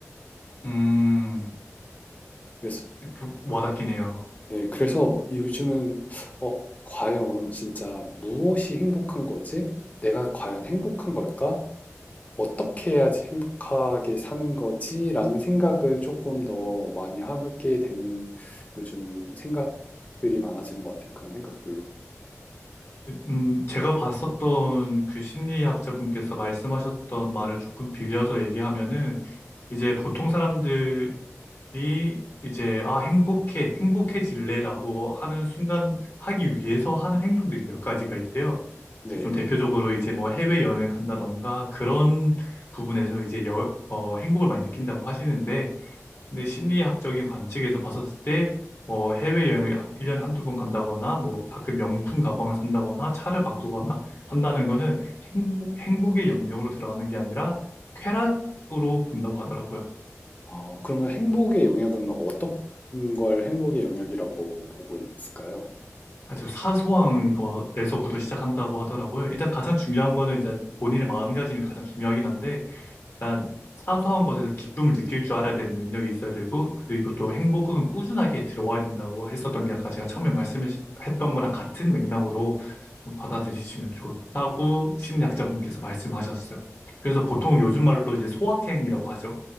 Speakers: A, on the left; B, on the left.
A: 음,
B: 그래서
A: 좀 와닿기네요.
B: 네, 그래서 요즘은 어, 과연 진짜 무엇이 행복한 거지? 내가 과연 행복한 걸까? 어떻게 해야지 행복하게 사는 거지? 라는 생각을 조금 더 많이 하게 되는 요즘 생각들이 많아지는 것 같아요. 그런 생각들로.
A: 음, 제가 봤었던 그 심리학자분께서 말씀하셨던 말을 조금 빌려서 얘기하면은 이제 보통 사람들이 이 이제 아 행복해 행복해질래라고 하는 순간 하기 위해서 하는 행동들이 몇 가지가 있대요.
B: 네.
A: 이제 좀 대표적으로 이제 뭐 해외 여행을 간다던가 그런 부분에서 이제 여, 어, 행복을 많이 느낀다고 하시는데 근데 심리학적인 관측에서 봤었을 때 뭐 해외 여행을 1년에 한두 번 간다거나 뭐 가끔 명품 가방을 산다거나 차를 바꾸거나 한다는 거는 행복, 행복의 영역으로 들어가는 게 아니라 쾌락으로 본다고 하더라고요.
B: 아, 그러면 행복의 영역은 어떤 걸 행복의 영역이라고 보고 있을까요?
A: 아주 사소한 것에서부터 시작한다고 하더라고요. 일단 가장 중요한 거는 이제 본인의 마음가짐이 가장 중요하긴 한데, 난 사소한 것에서 기쁨을 느낄 줄 알아야 되는 능력이 있어야 되고, 그리고 또 행복은 꾸준하게 들어와야 된다고 했었던 게 아까 제가 처음에 말씀했던 거랑 같은 맥락으로 좀 받아들이시면 좋다고 심리학자분께서 말씀하셨어요. 그래서 보통
B: 어,
A: 요즘 말로 이제 소확행이라고 하죠.